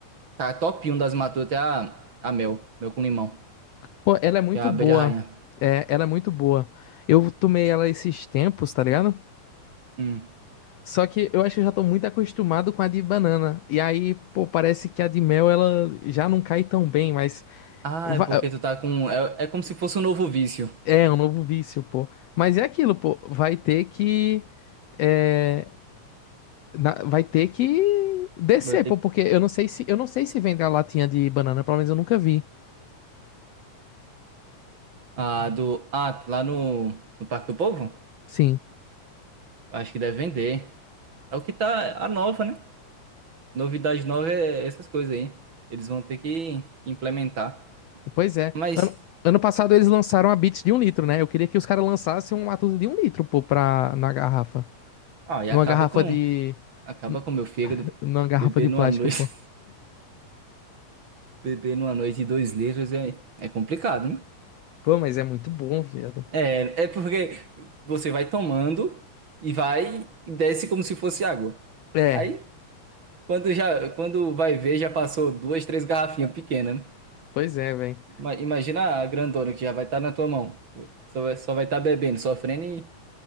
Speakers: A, on the right (about 40°); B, on the left (about 85°).
A: tá top um das matutas é a, a mel, mel com limão,
B: Pô, ela é muito
A: que é a abelha
B: boa.
A: rainha.
B: É, ela é muito boa. Eu tomei ela esses tempos, tá ligado?
A: Hum.
B: Só que eu acho que eu já tô muito acostumado com a de banana. E aí, pô, parece que a de mel, ela já não cai tão bem, mas...
A: Ah,
B: va-
A: é porque tu tá com, é, é como se fosse um novo vício.
B: É, é um novo vício, pô. Mas é aquilo, pô. Vai ter que... é, na- vai ter que descer,
A: Vai
B: pô,
A: ter que-
B: porque eu não sei se eu não sei se vende a latinha de banana, pelo menos eu nunca vi.
A: Ah, do, ah, lá no, no Parque do Povo?
B: Sim.
A: Acho que deve vender. É o que tá, a nova, né? Novidade nova é essas coisas aí. Eles vão ter que implementar.
B: Pois é.
A: Mas...
B: Ano, ano passado eles lançaram a Beats de um litro, né? Eu queria que os caras lançassem uma Matuza de um litro, pô, pra, na garrafa.
A: Ah, e
B: Numa
A: acaba
B: garrafa
A: com
B: de.
A: acaba
B: n-
A: com meu fígado.
B: Numa garrafa
A: Beber
B: de
A: numa
B: plástico,
A: noite,
B: pô.
A: <laughs> beber numa noite de dois litros é, é complicado, né?
B: Pô, mas é muito bom, viado.
A: É, é porque você vai tomando e vai e desce como se fosse água.
B: É,
A: Aí, quando já quando vai ver, já passou duas, três garrafinhas pequenas, né?
B: pois é, velho.
A: Ima- Imagina a grandona que já vai estar na tua mão. Só vai, só vai estar bebendo, sofrendo e